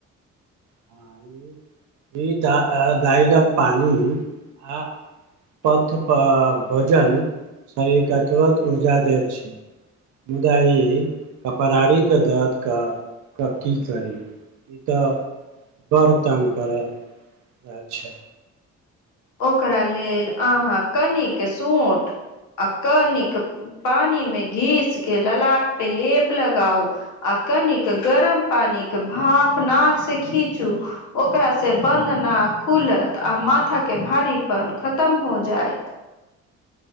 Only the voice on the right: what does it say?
<inaudible> ई द दइलक पानी आ पथ पर भोजन शरीर के तुरत ऊर्जा दैत छैय। मुदा ई कपरारी के दर्द क क की करै ई त बर तंग करय जाये छै।